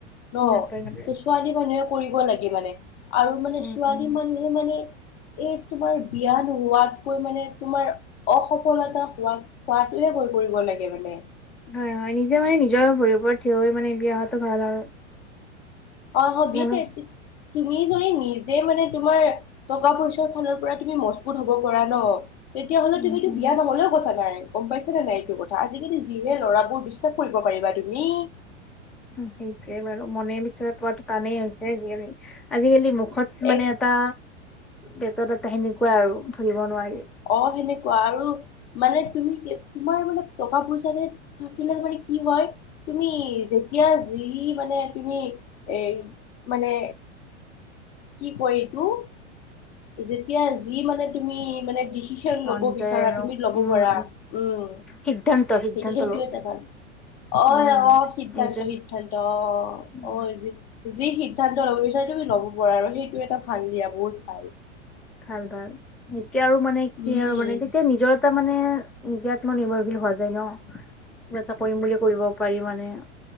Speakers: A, on the left (about 55°); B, in the centre.
A: ন
B: নাপায় নাপায়
A: ত ছোৱালী মানুহে। কৰিব লাগে মানে আৰু মানে
B: উম
A: ছোৱালী
B: উম
A: মানুহে মানে এই তোমাৰ। বিয়া নোহোৱাতকৈ মানে তোমাৰ অসফলতা হোৱাত হোৱাতয়ে হৈ পৰি লাগে মানে।
B: হয়, হয় নিজে মানে নিজৰ ভৰিৰওপৰত থিয় হৈ মানে বিয়া অহাটো ভাল আৰু
A: অ হবি
B: মানে
A: তে। তুমি যদি নিজে মানে তোমাৰ টকা পইচাৰ ফালৰ পৰা তুমি মজবুত হব পৰা ন। তেতিয়াহ'লে
B: উম
A: তুমিতো
B: উম
A: বিয়া নহলেও কথা নাই। গম পাইছা নে নাই এইটো কথা আজিকালি যিহে লৰাবোৰ বিশ্বাস কৰিব পাৰিবা তুমি।
B: সেইটোৱে বাৰু মনে বিচৰা পোৱটো টানেই হৈছে। আজিকালি আজিকালি। মানে
A: এক
B: এটা পেটত এটা সেনেকুৱা আৰু ধৰিব নোৱাৰি।
A: অ সেনেকুৱা আৰু মানে তুমি তোমাৰ মানে টকা পইচাতে থাকিলে মানে। কি হয় তুমি যেতিয়া যি মানে তুমি এ মানে।
B: <unintelligible>
A: কি কৰিতো যেতিয়া যি মানে তুমি মানে। টিউচন
B: মন
A: ল'ব বিচাৰা
B: যায় আৰু
A: তুমি ল'ব
B: উম
A: পাৰা উম
B: সিদ্ধান্ত সিদ্ধান্ত
A: সেইটো সেইটো
B: ল'ব
A: এটা
B: বিচাৰে
A: ভাল। অ
B: উম
A: অ সিদ্ধান্ত
B: নিজৰ
A: সিদ্ধান্ত অ
B: উম
A: অ যি যি সিদ্ধান্ত ল'ব। তুমি ল'ব পা আৰু সেইটো এটা ভাল দিয়া বহুত ভাল।
B: ভাল ভাল এতিয়া আৰু মানে
A: উম
B: কি আৰু মানে তেতিয়া নিজৰ। তাৰ মানে নিজে আত্মনিৰ্ভৰশীল হোৱা যায় ন। এটা কৰিম বুলি কৰিব পাৰি মানে।